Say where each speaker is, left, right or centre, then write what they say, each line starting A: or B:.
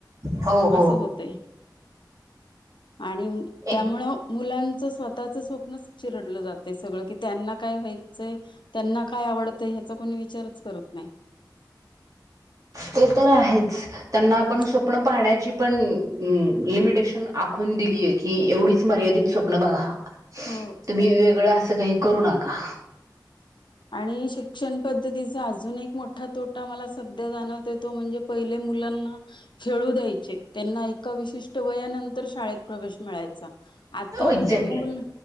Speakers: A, on the right; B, on the left.
A: हो हो
B: असं होतय आणि त्यामुळं
A: एक
B: मुलांच स्वतःच स्वप्न चिरडलं जातय सगळं की त्यांना काय व्हायचंय त्यांना काय आवडतंय हयाच कोणी विचारच करत नाही
A: ते तर आहेच त्यांना
B: हम्म
A: आपण स्वप्न पाहण्याची पण लिमिटेशन आखून दिलीय की एवढीच मर्यादित स्वप्न बघा
B: हो
A: तुम्ही वेगळं असं काही करू नका
B: आणि शिक्षण पद्धती अजून एक मोठा तोटा मला सध्या जाणव येतो म्हणजे पहिले मुलांना खेळू द्यायचे त्यांना एका विशिष्ट वयानंतर शाळेत प्रवेश मिळायचा आता म्हणजे
A: एक्झॅक्टली
B: मुलं